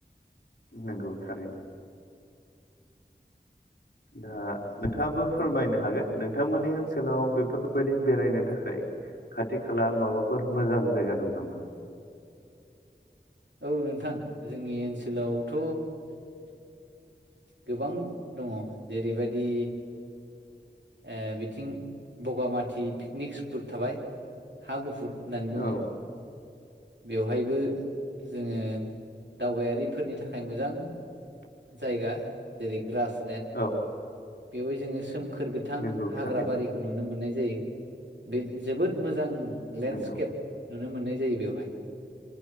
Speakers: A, on the left; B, on the right.
A: नंगौ थारैनो दा नोंथाङाबो फोरमायनो हागोन नोंथांमोननि ओनसोलाव बेफोरबायदि बेरायनो थाखाय खाथि खाला माबाफोर मोजां जायगा दं नामा
B: औ नोंथां जोंनि ओनसोलावथ' गोबां दङ जेरैबायदि ओ बिथिं बगामाथि पिकनिक स्पट थाबाय हा गुफुं गुफुर होननानै बुङो।
A: औ
B: बेवहायबो जोङो दावबायारिफोरनि थाखाय मोजां जायगा जेरै ग्रास
A: औ
B: बेवहाय जोङो सोमखोर गोथां
A: नंगौ
B: हाग्रा
A: थारैनो
B: बारिखौ नुनो मोननाय जोबोद मोजां लेणडस्केप
A: नंगौ
B: नुनो मोननाय जायो बेवहाय